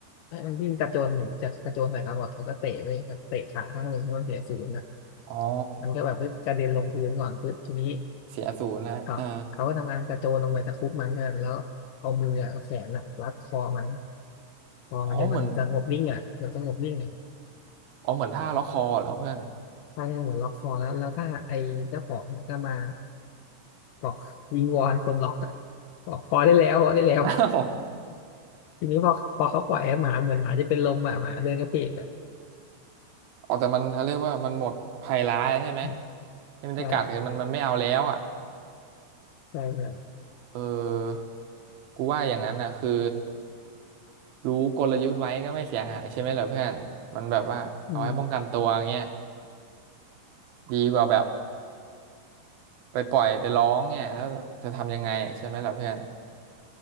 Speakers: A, on the left; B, on the right.
A: ไอ้มันวิ่งกระโจนเหมือนจะกระโจนใส่เขาอ่ะเขาก็เตะไปเตะขาข้างหนึ่งให้มันเสียศูนย์นะ
B: อ๋อ
A: มันก็แบบปึ๊บกระเด็นลงพื้นก่อนปึ๊บทีนี้
B: เสียศูนย์แล้วเออ
A: เขาเขาก็ทำงานกระโจนลงไปตะครุบมันกันแล้วเอามืออะเอาแขนอะรัดคอมันคอมันจนมันจะงบนิ่งอ่ะเกือบจะงบนิ่งอ่ะ
B: อ๋อเหมือนอ๋อเหมือนท่าล็อกคอเหรอเพื่อน
A: ใช่ใช่เหมือนล็อกคอแล้วแล้วถ้าไอ้เจ้าของอะก็มาบอกวิงวอนคนล็อกอ่ะบอกพอได้แล้วพอได้แล้ว
B: <laughs>
A: <laughs>
B: อ้าว <laughs>
A: ทีนี้พอพอเขาปล่อยไอ้หมาเหมือนหมาจะเป็นลมอ่ะหมาเดินกระเพกอ่ะ
B: อ๋อแต่มันเขาเรียกว่ามันหมดภัยร้ายใช่ไหม
A: อืม
B: ที่มันจะกัดคือมันมันไม่เอาแล้วอ่ะ
A: ใช่ใช่ครับ
B: เออกูว่าอย่างนั้นนะคือรู้กลยุทธ์ไว้ก็ไม่เสียหายใช่ไหมเหรอเพื่อนมันแบบว่าเอาไว้ป้องกันตัวเงี้ย
A: อืม
B: ดีกว่าแบบไปปล่อยไปร้องเนี่ยแล้วจะทำยังไงใช่ไหมล่ะเพื่อน